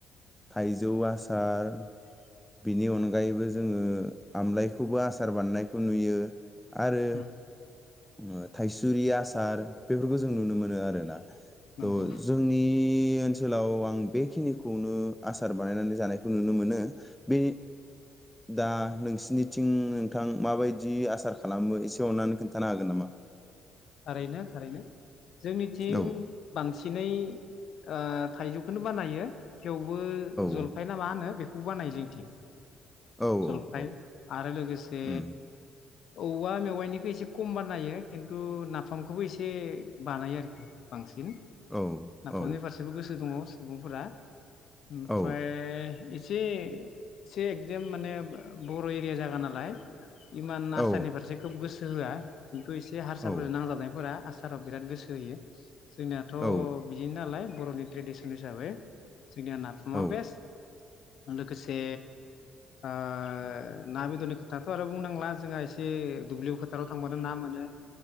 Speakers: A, in the centre; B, on the left (about 55°).
A: थाइजौ आसार बिनि अनगायैबो जोङो ओ आमलायखौबो आसार बानायनायखौ नुयो आरो
B: उम
A: ओ थाइसुरि आसार बेफोरखौ जों नुनो मोनो आरो ना त'
B: नंगौ
A: जोंनि ओनसोलाव आं बेखिनिखौनो आसार बानायनानै जानायखौ नुनो मोनो बे दा नोंसिनिथिं नोंथां माबायदि आसार खालामो एसे अननानै खोनथा हागोन नामा
B: थारैनो थारैनो जोंनिथिं
A: औ
B: बांसिनै ओ थाइजौखौनो बानायो थेवबो जलफाय
A: औ
B: ना मा होनो बेखौ खौ बानायो जोंनिथिं
A: औ
B: जलफाय
A: औ
B: आरो लोगोसे
A: उम
B: औवा मेवाइनिखौ एसे खम बानायो खिन्थु नाफामखौबो एसे बानायो आरोखि बांसिन
A: औ
B: नाफामनि
A: औ
B: फारसेबो गोसो दङ सुबुंफोरा ओमफ्राय
A: औ
B: से एदेम माने बर' एरिया जागा नालाय इमान
A: औ
B: आसारनि फारसे खोब गोसो होआ बेखौ एसे हारसाफोर
A: औ
B: नांजाबनायफोरा आस साराव बिराद गोसो होयो जोंनियाथ'
A: औ
B: बिदि नालाय बर'नि ट्रेडिसन हिसाबै जोंनिया नाफामा
A: औ
B: बेस्ट लोगोसे ओ ना बेदरनि खोथाथ' आरो बुंनांला जोंहा एसे दुब्लियाव फोथाराव थांबानो ना मोनो